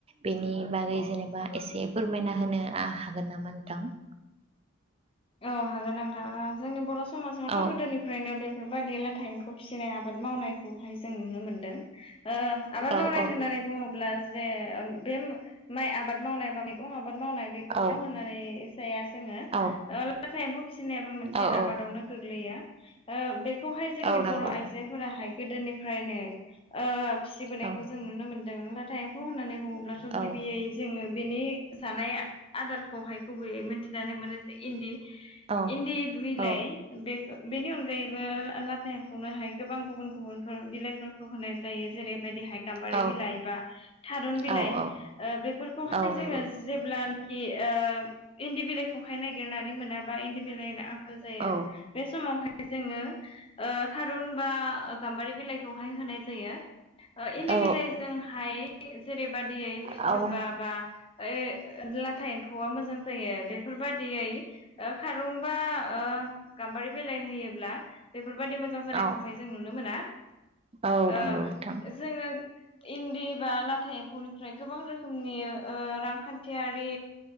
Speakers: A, on the right; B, on the left.
A: बेनि बागै जेनेबा एसे फोरमायना होनो हागोन नामा नोंथां। <inaudible>
B: औ हागोन नोंथां जोंनि बर समाजावथ
A: औ
B: गोदोनिफ्रायनो बेफोरबायदि ला था एम्फौ फिसिनाय आबाद मावनायखौहाय जों नुनो मोन्दों ओ आबाद
A: औ
B: मावनाय
A: औ
B: होननानै बुङोब्ला जे बे माइ आबाद मावनाय बा मैगं आबाद मावनाय बेखौल
A: औ
B: होननानै जाया जोङो
A: औ
B: लाथा एम्फौ फिसिनायाबो मोनसे
A: औ औ
B: आबादावनो गोग्लैयो ओ बेखौहाय जोंनि
A: औ नंगौ
B: बर आइजोफोराहाय गोदोनिफ्रायनो ओ फिसिबोनायखौ
A: औ
B: जों नुनो मोनदों लाथा एम्फौ होननानै बुङोब्लाथ
A: औ
B: गिबियै जोङो बेनि जानाय आदारखौहाय गुबैयै मिन्थिनानै मोनो इन्दि
A: औ
B: इन्दि बिलाइ
A: औ
B: बे बेनि अनगायैबो लाथा एमफावनो हाय गोबां गुबुन गुबुनफोर बिलाइफोर होनाय जायो जेरैबायदिहाय गाम्बारि
A: औ
B: बिलाइ बा थारुन बिलाइ
A: औ औ
B: ओ बेफोरखौहाय
A: औ नंगौ
B: जोङो जेब्लानाखि ओ इन्दि बिलाइखौ नागिरनानै मोनाबा इन्दि बिलाइनि आंखाल जायो
A: औ
B: बे समावहाय जोङो ओ थारुन बा गाम्बारि बिलाइखौहाय होनाय जायो! इन्दि
A: औ
B: बिलाइजोंहाय जेरैबायादियै फिथोबबा
A: औ
B: बा ओ। लाथा एम्फौआ मोजां जायो बेफोरबायदियै खारंबा ओ। गाम्बारि बिलाइ होयोब्ला बेफोरबायदि मोजां जानायखौहाय
A: औ
B: जों नुनो मोना।
A: औ
B: ओ
A: नंगौ नोंथां
B: जोङो इन्दि बा लाथ था एम्फौनिफ्राय गोबां रोखोमनि ओ रांखान्थियारि